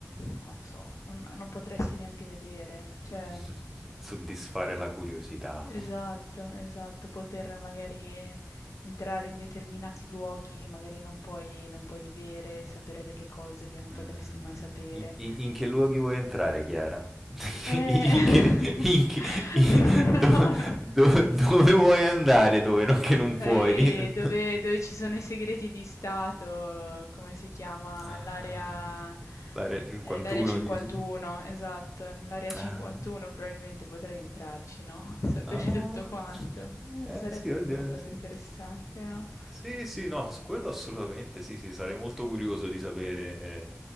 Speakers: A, on the left; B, in the centre.
A: non lo so, non, non potresti neanche vedere. Cioè,
B: <laughs> soddisfare la curiosità.
A: esatto, esatto, poter magari entrare in determinati luoghi che magari non puoi, non puoi vedere, sapere delle cose che non
B: Mhmm,
A: potresti mai sapere.
B: in in in che luoghi vuoi entrare, Chiara? <laughs>
A: Eh,
B: In che in che
A: <laughs>
B: i
A: no,
B: dove
A: no.
B: do dove vuoi andare, dove non che
A: Sai
B: non puoi di <laughs>
A: dove, dove ci sono i segreti di Stato, come si chiama?
B: Ah.
A: L'area
B: L'area 51
A: eh, l'area 51,
B: dici?
A: esatto, nell'area 51
B: Ah.
A: probabilmente potrei entrarci, no? <laughs> Sapere
B: Ah.
A: tutto quanto.
B: Eh
A: Eh, sarebbe
B: sì, oddio,
A: una cosa
B: sì.
A: interessante, no?
B: Sì, sì, no, su quello assolutamente sì, sì, sarei molto curioso di sapere,